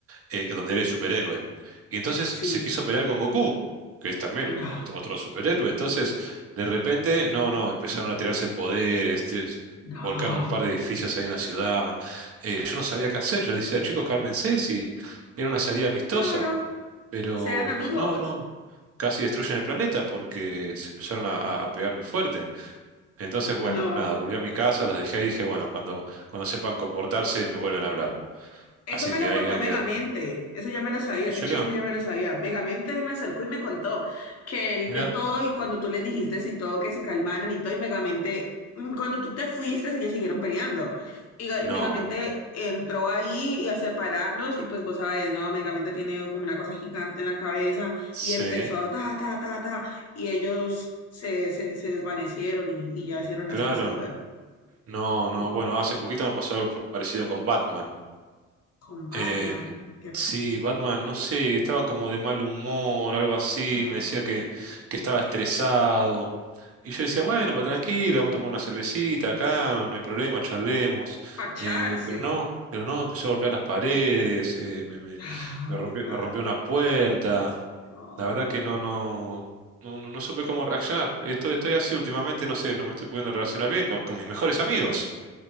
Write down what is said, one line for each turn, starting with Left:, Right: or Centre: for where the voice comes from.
Right: eh, que donde él es superhéroe. Y entonces
Left: sí.
Right: se quiso pelear con Goku, que es también
Left: No,
Right: un- otro, otro superhéroe. Entonces, de repente, no, no, empezaron a tirarse poderes, tir-
Left: no,
Right: volcaron un par de edificios ahí en la ciudad. Eh, yo no sabía qué hacer, yo decía, chicos, cálmense, si era una salida amistosa.
Left: claro,
Right: Pero
Left: sean amigos.
Right: no, no casi destruyen el planeta porque se empezaron a, a- a pegar muy fuerte. Entonces, bueno,
Left: No.
Right: nada, volví a mi casa, los dejé ahí y dije, bueno, cuando, cuando sepan comportarse me vuelven a hablar.
Left: Eso
Right: Así
Left: me
Right: que
Left: lo
Right: ahí,
Left: contó
Right: ahí
Left: Megamente,
Right: quedó.
Left: eso ya me lo sabía,
Right: ¿En
Left: ese
Right: serio?
Left: chisme ya me lo sabía. Megamente me acercó y me contó que él
Right: Mirá.
Left: vio todo y cuando tú le dijiste y todo que se calmaran y todo, y Megamente, mm, cuando tú te fuiste, ellos siguieron peleando. Y, y
Right: No.
Left: Megamente entró ahí y a separarlos y pues vos sabes, ¿no? Megamente tiene como una cosa gigante en la cabeza
Right: Sí,
Left: y empezó ta, ta, ta, ta, y ellos se, se, se desvanecieron y, y ya hicieron
Right: claro.
Left: las paces luego.
Right: No, no,
Left: Ujú.
Right: bueno, hace poquito me pasó algo parecido con Batman.
Left: Con Batman,
Right: Em,
Left: que...
Right: sí, Batman, no sé, estaba como de mal humor, algo así,
Left: ah.
Right: me decía que, que estaba estresado. Y yo decía, bueno, pero tranquilo, vamos a tomar una cervecita acá, no, no hay problema, charlemos.
Left: Parcharse.
Right: Eh, pero no, pero no, empezó a golpear las paredes, eh, me, me,
Left: Ay,
Right: me rompió,
Left: va,
Right: me rompió una puerta.
Left: no.
Right: La verdad que no, no, no, no, no supe cómo reaccionar. Esto estoy así últimamente, no sé, no me estoy pudiendo relacionar bien con, con mis mejores amigos